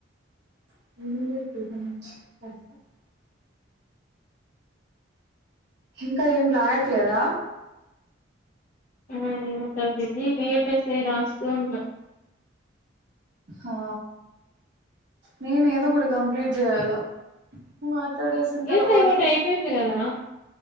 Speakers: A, on the right (about 55°); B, on the left (about 40°).
A: <inaudible> ఇంకా ఏం రాయట్లేదా
B: ఆ ఏను ఉంటగదీ విఎల్స రాస్తున్న
A: ఆ నేను ఏదో ఒకటి కంప్లీట్ చేయాలా మరి తడి వేసిన
B: ఈఎస్ఐ
A: తర్వాత
B: ఒకటి అయిపోయింది కదా